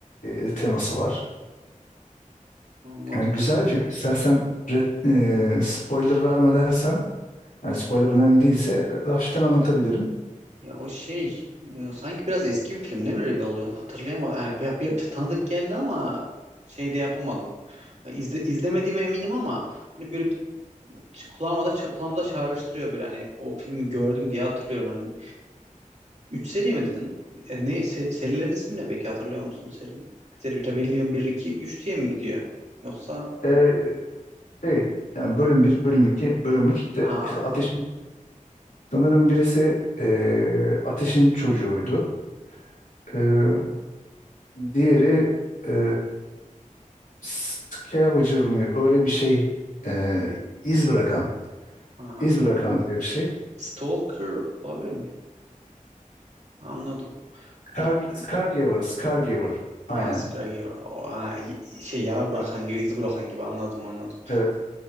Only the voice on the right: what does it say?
anladım.
Ya o şey e, sanki biraz eski bir film değil mi Rebel Oluyor? Hatırlayamadım. Yani, bir- bir- tanıdık geldi ama şey de yapamadım. Ya, İzle, izlemediğime eminim ama hani böyle bir kulağıma da kulağımda çağrıştırıyor böyle hani o filmi gördüm diye hatırlıyorum. Hani Üç seri mi dedin? E, ne se- serilerin ismi ne peki hatırlıyor musun serinin? Seri Rebellion bir 2 3 diye mi gidiyor? Yoksa
ha
ha
Stalker olabilir mi? Anladım.
Bir, bir-
ha Skygiver. O, ha, y- şey yara bırakan gibi, iz bırakan gibi anladım anladım.